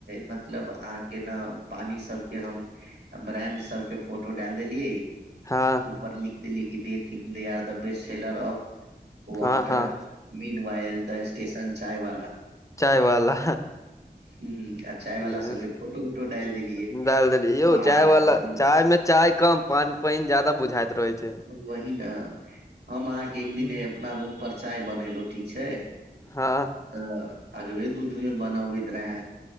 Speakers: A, on the right; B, on the left.
A: मतलब आं- केना, पानी सब के हम, ब्रैंड सब के फोटो डैल देलियै
B: हँ
A: पर लिख देलीकी they think they are the best seller of water
B: हँ हँ
A: mean vial the station चाय बाला।
B: चायवाला
A: <inaudible>
B: एह--डाल
A: सबके फोटो उटो डालि देलियै
B: देली। यौ
A: बाप
B: चाय वला,
A: रौ
B: चाय मे चाय कम पान पैइन जादा बुझाइत रहै। छै
A: वहि ने, हम अहाँके एक
B: हम्म,
A: दिन ए अपना रूम पर चाय बनेलु, ठीक छै।
B: हँ ह
A: तऽ अगबे दूधमे बनऽबैत रहैऽ।